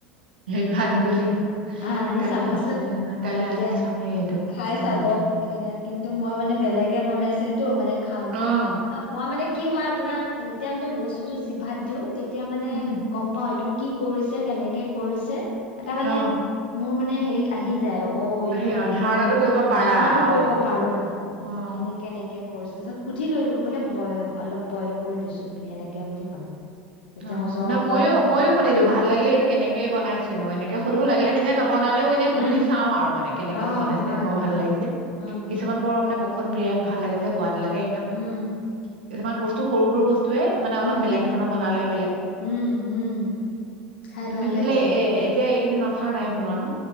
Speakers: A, on the right; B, on the left.
A: সেইটো আনিবই
B: আনিছ
A: লাগিব
B: আহ আনি
A: কাইলে
B: চাবচোন
A: পেলাই কাইলে
B: তেতিয়া
A: আনি চামেই এইটো
B: খাই
A: উম,
B: চাব আপুনি কেনে কিন্তু মই মানে বেলেগে বনাই আছিলতটো মানে খাওঁতে
A: অ',
B: ত মই মানে কি হয় আপোনাক যেতিয়া মানে বস্তুতটো জিভাত দিও তেতিয়া মানে
A: উম,
B: গম পাও এইটো কি কৰিছে কেনেকে কৰিছে এটা মানে
A: অ',
B: মোৰ মানে হেৰিত আহি য অ এইটো
A: সেয়া
B: এনেকে
A: ধাৰণাটো
B: এনেে
A: কৰিব পাৰা
B: ধাৰণটো
A: অ',
B: কৰিব পাৰো মানে
A: অ'।
B: এনেকে এনেকে কৰিছে তাৰ পিছত সুধি লৈ বোলে বই অলপ বইল কৰি লৈছো বুলি এনেকে বুলি ক'লে তেতিয়া
A: অ
B: মই কৈছো
A: নহ
B: মই
A: ময়ো
B: ভা
A: মইো সুধিলো ভাল লাগিলে এইটো কেনেকে বনাইছে নো এনেকে সুধো লাগিলে নিজে ন বনালেও এনে সুধি
B: উম
A: চাও আৰু মানে কেনেকেনো
B: অ
A: বনাইছে
B: হয়
A: বৰ
B: হয়
A: ভাল লাগিছে
B: হয় অ
A: কিছুমান
B: অ
A: বৰ মানেোক ত বিৰাট ভাল লাগে যে পোৱাত লাগে একদম
B: উম
A: কিছুমান বস্তু সৰু সৰু বস্তু তে মানে অলপ
B: উম
A: বেলেগ ধৰণৰ বনালে
B: উম উম খাই
A: তুমি
B: ভাল
A: তেহলে
B: লাগিছিল
A: এ এতিয়া এইকেইদিন আাাৰ নাই বনোৱা ন